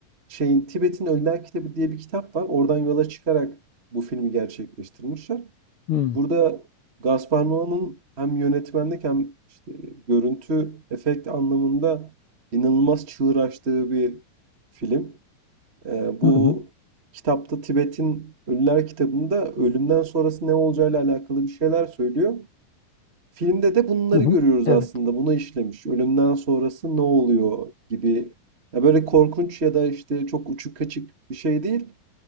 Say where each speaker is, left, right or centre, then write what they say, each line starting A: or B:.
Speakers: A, on the right; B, on the left.
A: şeyin Tibet'in Ölüler Kitabı diye bir kitap var. Oradan yola çıkarak bu filmi gerçekleştirmişler.
B: Hı.
A: Burada Gaspar Noé'nin hem yönetmenlik hem işte görüntü efekt anlamında inanılmaz çığır açtığı bir film. Ee, bu
B: Hı hı.
A: kitapta Tibet'in Ölüler kitabında ölümden sonrası ne olacağıyla alakalı bir şeyler söylüyor. Filmde de bunları
B: Hı hı.
A: görüyoruz
B: Evet.
A: aslında. Bunu işlemiş. Ölümden sonrası ne oluyor gibi. Ya böyle korkunç ya da işte çok uçuk kaçık bir şey değil.